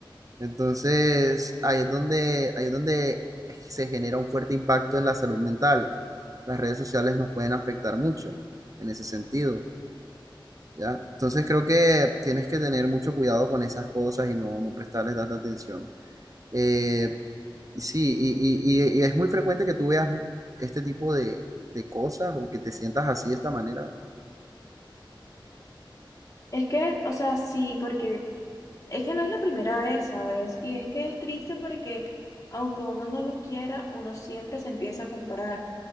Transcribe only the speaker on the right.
Entonces, ahí es donde, ahí es donde se genera un fuerte impacto en la salud mental. Las redes sociales nos pueden afectar mucho en ese sentido, ¿ya? Entonces, creo que tienes que tener mucho cuidado con esas cosas y no, no prestarles tanta atención. Eh, sí, y, y- y- y es muy frecuente que tú veas este tipo de, de cosas o que te sientas así de esta manera.